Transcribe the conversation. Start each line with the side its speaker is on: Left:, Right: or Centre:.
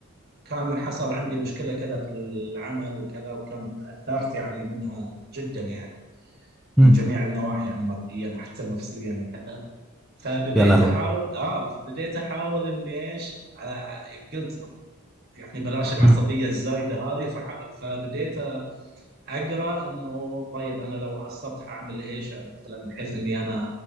Right: كان حصل عندي مشكلة كذا في العمل وكذا وكنت تأثرت يعني منها جدا يعني
Centre: مم.
Right: من جميع النواحي يعني ماديا حتى نفسيا وكذا فبديت
Centre: يا لهوي
Right: أحاول آه فبديت أحاول إني إيش آه، قلت يعني بلاش العصبية
Centre: مم.
Right: الزايدة هذه فح... فبديت اقرا انه طيب انا لو عصبت حاعمل ايش مثلا بحيث اني انا